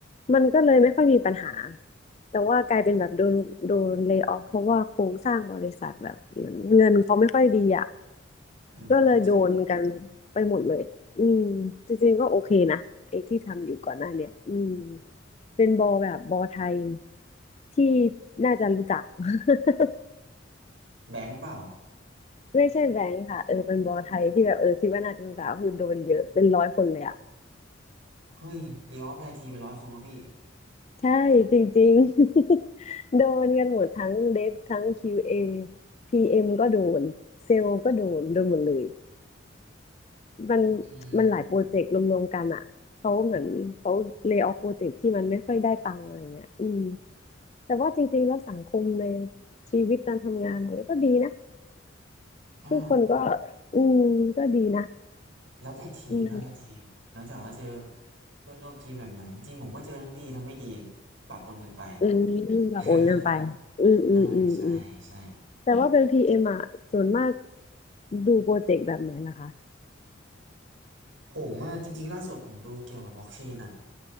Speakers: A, on the left; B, on the right.
A: มันก็เลยไม่ค่อยมีปัญหาแต่ว่ากลายเป็นแบบโดนโดนเล y o อ f เพราะว่าโครงสร้างบริษัทแบบเงินเขาไม่ค่อยดีอ่ะ
B: อืมเข้าใจ
A: ก็เลยโดนกันไปหมดเลยอืมจริงๆก็โอเคนะไอ้ที่ทำอยู่ก่อนหน้าเนี้ยอืมเป็นบอแบบบอไทยที่น่าจะรู้จัก <laughs>
B: แบงค์เปล่า
A: ไม่ใช่แบงค์ค่ะเออเป็นบอไทยที่แบบเออคิดว่าน่าจะสาวคือโดนเยอะเป็นร้อยคนเลยอ่ะ
B: เฮ้ยรีออฟไลน์ทีไปนร้อยคนวะพี่
A: ใช่จริงๆ <laughs> โดนกันหมดทั้งเดฟทั้ง QA PM ก็โดนเซลล์ก็โดนโดนหมดเลยมัน
B: อืม
A: มันหลายโปรเจกต์รวมๆกันอ่ะเขาเหมือนเขาเล y o อ f โปรเจกต์ที่มันไม่ค่อยได้ตังค์อะไรเงี้ยอืมแต่ว่าจริงๆแล้วสังคมในชีวิตการทำงานเราเนี่ยก็ดีนะ
B: อ่า
A: ทุกคนก็อืมก็ดีนะ
B: แล้วแต่ทีมแล้วแต่ทีมแล้วแต่ว่าเจอ
A: อืม
B: เพื่อนร่วมทีมแบบไหนจริงๆผมก็เจอทั้งดีทั้งไม่ดีปะปนกันไป
A: อืมแบบโอนเงินไป
B: <laughs>
A: อืมอืมอืมอืม
B: อ่าใช่ใช่
A: แต่ว่าเป็นพีเอ็มอ่ะส่วนมากดูโปรเจกต์แบบไหนล่ะคะ
B: ผมอ่ะจริงๆล่าสุดผมดูเกี่ยวกับ blockchain อ่ะ